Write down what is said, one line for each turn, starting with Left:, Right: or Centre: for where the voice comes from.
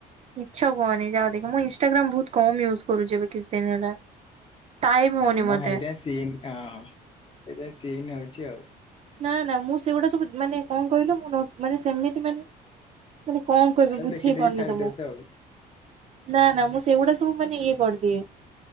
Right: ମିଛ କୁହନି ଯାଅ ଦେଖ। ମୁଁ ଇଷ୍ଟାଗ୍ରାମ୍ ବହୁତ କମ ୟୁଜ କରୁଛି ଏବେ କିଛି ଦିନ ହେଲା। ଟାଇମ
Left: ହଁ
Right: ହଉନି
Left: ମୋ
Right: ମତେ।
Left: ହେଇଟା ସିନ୍ ହଁ ହଁ ଏଟା ସିନ୍ ହଉଛି ଆଉ।
Right: ନା ନା ମୁଁ ସେଗୁଡା ସବୁ ମାନେ କଣ କହିଲ ମୁଁ ମାନେ ସେମିତି ମାନେ ମାନେ କଣ କହିବି
Left: ଖାଲି
Right: ବୁଝେଇ
Left: ଦେଖି ଦେଖି
Right: ପାରୁନି
Left: ଛାଡି
Right: ତମକୁ।
Left: ଦଉଛ ଆଉ।
Right: ନା ନା ମୁଁ ସେଗୁଡା ସବୁ ମାନେ ଇଏ କରିଦିଏ।